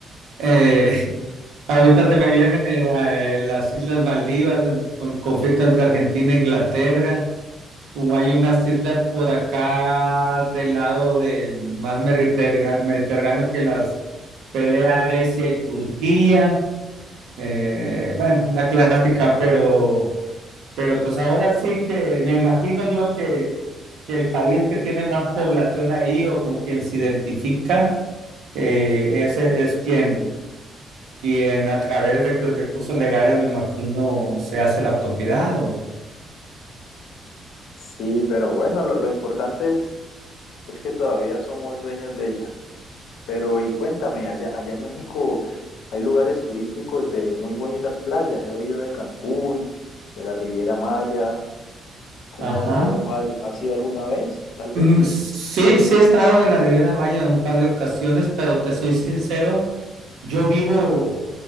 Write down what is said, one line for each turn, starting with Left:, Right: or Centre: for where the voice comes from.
Right: Eh, Ahorita se me vienen eh, eh, las Islas Maldivas, el con- conflicto entre Argentina e Inglaterra, o hay unas islas por acá del lado del más mediterga- mediterráneo que las pelea Grecia y Turquía. Eh, bueno, una clásica, pero, pero pues ahora sí que me imagino yo que, que el país que tiene más población ahí o con quien se identifica eh, ese es quien quien a través de cu- recursos legales, me imagino, se hace la propiedad. o-
Left: Sí, pero bueno, lo, lo importante es, es que todavía somos dueños de ella. Pero y cuéntame, allá, allá en México hay lugares turísticos de muy bonitas playas. He oído de Cancún, de la Riviera Maya. ¿Cómo
Right: Ajá.
Left: has, cómo has, has ido alguna vez, tal vez?
Right: Mm, Sí, sí he estado en la Riviera Maya en un par de ocasiones, pero te soy sincero, yo vivo